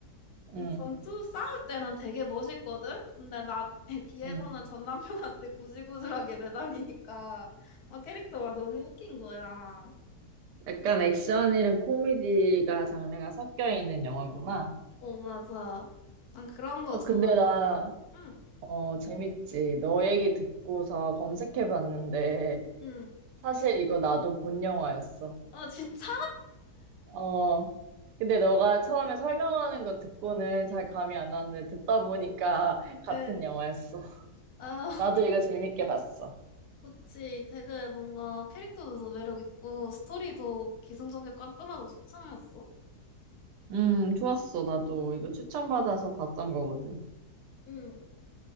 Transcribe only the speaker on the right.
음,
음.
약간 액션이랑 코미디가 장르가 섞여 있는 영화구나.
어,
근데 나,
어, 재밌지. 너 얘기 듣고서 검색해 봤는데,
사실 이거 나도 본 영화였어.
어, 근데 너가 처음에 설명하는 거 듣고는 잘 감이 안 왔는데 듣다 보니까 <laughs> 같은
영화였어.
나도 이거 재밌게 봤어.
음, 좋았어. 나도 이거 추천받아서 봤던 거거든.